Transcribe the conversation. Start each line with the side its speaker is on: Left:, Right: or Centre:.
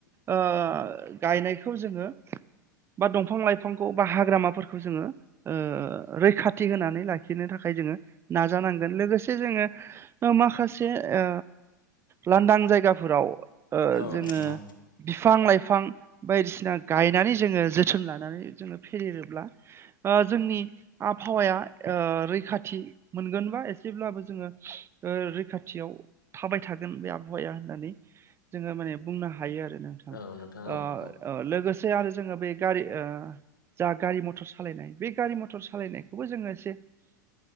Right: ओ गायनायखौ जोङो बा दंफां लाइफांखौ बा हाग्रामाफोरखौ जोङो ओ रैखाथि होनानै लाखिनो थाखाय जोङो नाजानांगोन लोगोसे जोङो ओ माखासे ओ लानदां जायगाफोराव ओ
Left: औ
Right: जोङो
Left: नोंथां औ।
Right: बिफां लाइफां बायदिसिना गायनानै जोङो जोथोन लानानै जोङो फेदेरोब्ला ओ जोंनि आबहावाया ओ रैखाथि मोनगोन बा ए सेब्लाबो जोङो ओ रैखाथियाव थाबाय थागोन बे आबहावाया होननानै जोङो माने बुंनो हायो आरो। नोंथां
Left: औ नोंथां
Right: ओ
Left: औ औ
Right: अ लोगोसे आरो जोङो बे गारि ओ जा गारि म टर सालायनाय बे गारि मटर सालायनायखौबो जोङो एसे